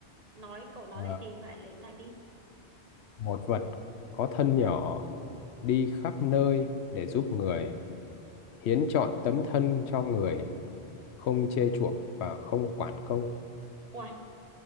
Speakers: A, on the right; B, on the left.
A: nói cậu nói
B: Ờ,
A: lại đi lại lại lại đi
B: một vật có thân nhỏ đi khắp nơi để giúp người hiến trọn tấm thân cho người không chê chuộng và không quản công
A: ui